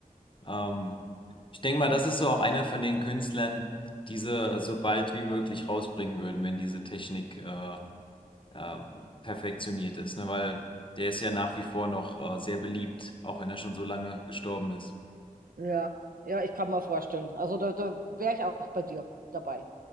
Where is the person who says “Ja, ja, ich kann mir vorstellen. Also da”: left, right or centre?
Right